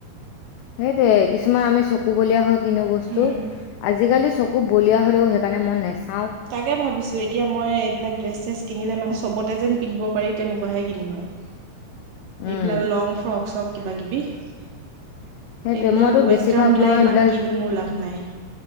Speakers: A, on the left; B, on the right.
A: সেইটোয়ে কিছুমান আমি চকু বলিয়া হও কিনো বস্তু
B: উম
A: আজিকালি চকু। একো বলিয়া হ'লেও সেইকাৰণে মন নাইছে।
B: তাকে ভাবিছো এতিয়া। মই এইবিলাক ড্ৰেছ ছেচ কিনিলে মানে চবতে যেন পিন্ধিব পাৰি তেনেকুৱাহে কিনিম আৰু।
A: উম
B: এইবিলাক লং ফ্ৰক চক কিবা কিবি। এইবিলাক
A: সেইটোয়ে মইতো
B: ৱেষ্টাৰ্ণ
A: বেছিভাগ
B: বিলাক
A: মই
B: ইমান
A: এইবিলাক
B: কিনি মোৰ লাভ নাই।